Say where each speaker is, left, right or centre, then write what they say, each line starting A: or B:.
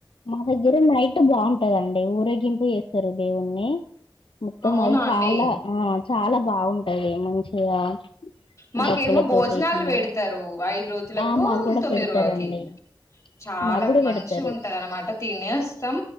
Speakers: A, on the left (about 85°); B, on the left (about 35°).
A: మా దగ్గర నైట్ బాగుంటదండి ఊరేగింపు చేస్తారు దేవుణ్ణి మొత్తం
B: అవునా
A: అది చాలా
B: అండి
A: ఆ చాలా బాగుంటది మంచిగా
B: మాకేమో
A: డప్పులతోటి
B: భోజనాలు
A: ఇట్లా
B: పెడతారు ఐదు రోజులకు
A: ఆ మాకు కూడా
B: తొమ్మిది
A: పెడతారండి
B: రోజులకి చాలా
A: మాకు కూడా
B: మంచిగ
A: పెడతారు
B: ఉంటది అనమాట తినే అస్తాం